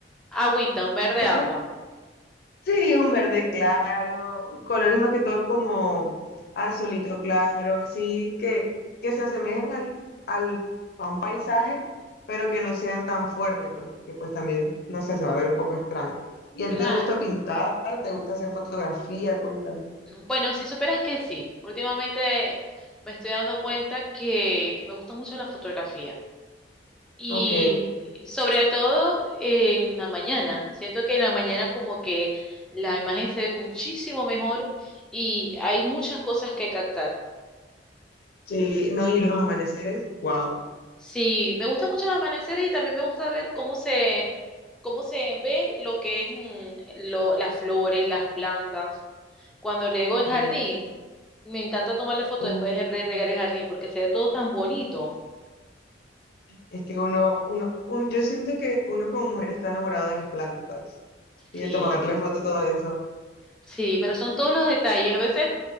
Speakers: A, in the centre; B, on the left.
A: agüita, un verde
B: <laughs>
A: agua.
B: Sí, un verde claro, colores más que todo como azulito claro, así que, que se asemejen al, al, a un paisaje, pero que no sean tan fuertes, porque pues también, no sé, se va a ver un poco extraño. ¿Y a ti
A: Claro.
B: te gusta pintar? ¿Te gusta hacer fotografía? Cuéntame.
A: Bueno, si supieras que sí, últimamente me estoy dando cuenta que me gusta mucho la fotografía y
B: Ok,
A: sobre todo en la mañana. Siento que en la mañana como que la imagen se ve muchísimo mejor y hay muchas cosas que captar.
B: sí, no, y los amaneceres, wow.
A: Sí, me gusta mucho el amanecer y también me gusta ver cómo se, cómo se ve lo que es mm, lo, las flores, las plantas. Cuando riego el jardín,
B: Mm,
A: me encanta tomarle fotos
B: mm.
A: después de re- regar el jardín porque se ve todo tan bonito.
B: Es que uno, uno, un- yo siento que uno como mujer está enamorado de las plantas y
A: Sí,
B: de tomarle foto a todo eso.
A: sí, pero son todos los detalles. A veces